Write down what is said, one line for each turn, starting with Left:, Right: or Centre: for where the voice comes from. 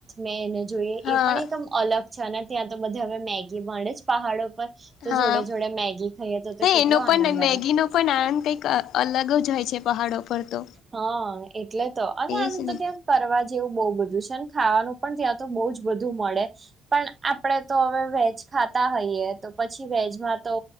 Right: મેં એને જોઈએ
Left: હા
Right: એ પણ એકમ અલગ છે અને ત્યાં તો બધે હવે મેગી વે જ પહાડો પર
Left: હા
Right: તો જોડે જોડે મેગી ખાઈએ તો
Left: હે
Right: કેટલો
Left: એનો
Right: આનંદ
Left: પણ મેગીનો
Right: આવે
Left: પણ આનંદ કંઈક અલગ જ હોય છે પહાડો પર તો
Right: હા એટલે તો અને
Left: એજ
Right: આમ
Left: ને
Right: તો ત્યાં ફરવા જેવું બહુ બધું છે ખાવાનું પણ ત્યાં તો બહુ જ બધું મળે પણ આપડે તો હવે વેજ ખાતા હોઈયએ તો પછી વેજમાં તો